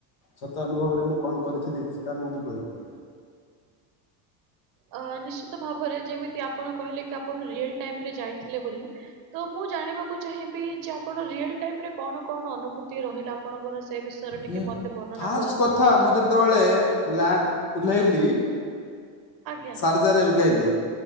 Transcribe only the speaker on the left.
ସତ ଅନୁଭବରେ ମୁଁ କଣ କରିଥିଲି ସେଟା ମୁଁ ବି କହିବି।
ଉଁ
ଫାଷ୍ଟ
କଥା ମୁଁ ଯେତୋଳେ ଲ୍ୟାଣ୍ଡ୍ ଓଲ୍ହେଇଲି
ସାର୍ଜାରେ ଓଲ୍ହେଇଲି।